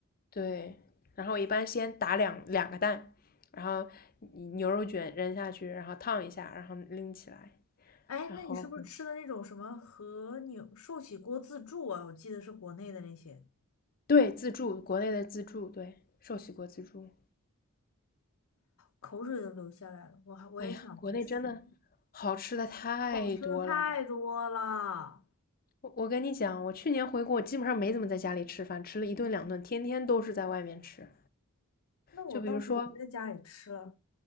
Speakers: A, on the left; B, on the left.
A: 对，然后一般先打两两个蛋，然后牛肉卷扔下去，然后烫一下，然后拎起来，
B: 哎，
A: 然后
B: 那你是不是吃的那种什么和牛寿喜锅自助啊？我记得是国内的那些，
A: 对自助，国内的自助，对，寿喜锅自助。
B: 口水都流下来了，我还我也想去吃。
A: 哎呀，国内真的好吃的太多了。
B: 好吃的太多了。
A: 我我跟你讲，我去年回国，我基本上没怎么在家里吃饭，吃了一顿两顿，天天都是在外面吃。
B: 那我倒是也在家里吃了，
A: 就比如说，